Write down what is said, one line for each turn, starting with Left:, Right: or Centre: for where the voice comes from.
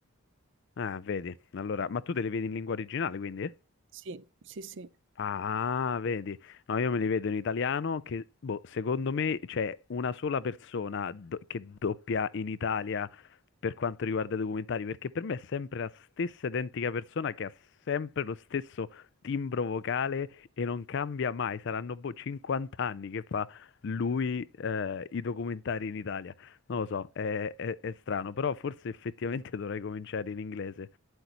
Left: Ah, vedi. Allora, ma tu te li vedi in lingua originale, quindi?
Right: Sì, sì, sì.
Left: Ah, vedi, no, io me li vedo in italiano che, boh, secondo me c'è una sola persona do- che doppia in Italia per quanto riguarda i documentari, perché per me è sempre la stessa identica persona che ha sempre lo stesso timbro vocale e non cambia mai, saranno boh 50 anni che fa lui eh, i documentari in Italia, non lo so, è, è è strano, però forse effettivamente <laughs> dovrei cominciare in inglese,